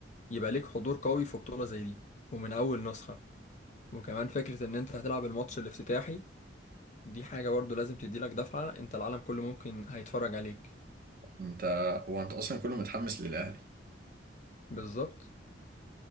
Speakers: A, on the left; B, on the right.
A: يبقى ليك حضور قوي في بطولة زي دي ومن أول نسخة وكمان فكرة إن أنت هتلعب الماتش الافتتاحي دي حاجة برضو لازم تديلك دفعة أنت العالم كله ممكن هيتفرج عليك
B: انت هو انت اصلا كله متحمس للاهلي
A: بالظبط